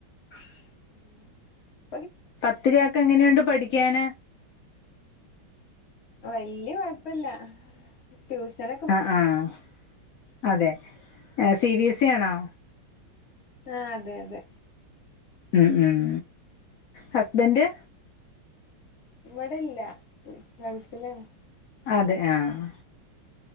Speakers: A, on the left; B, on the left.
A: <unintelligible>
B: പത്തിലൊക്കെ എങ്ങനെയുണ്ട് പഠിക്കാന്
A: വല്യ കുഴപ്പില്ല ട്യൂഷന
B: അ ആഹ് അതെ സി ബി എസ് ഇ ആണോ
A: ആഹ് അതെ അതെ
B: ഉം ഉം ഹസ്ബൻഡ്
A: ഇവിടെല്ല ഗൾഫിലാണ്
B: അതെ ആഹ്